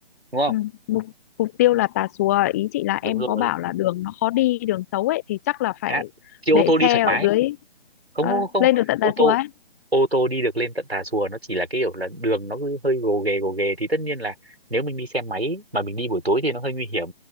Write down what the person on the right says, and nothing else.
đúng không?
Đúng
rồi.
Đó. Chị
ô tô đi
thoải
mái.
không
không không
ô
tô
ô tô đi được lên tận Tà Xùa nó chỉ là cái kiểu là đường nó cứ hơi gồ ghề gồ ghề thì tất nhiên là nếu mình đi xe máy mà mình đi buổi tối thì nó hơi nguy hiểm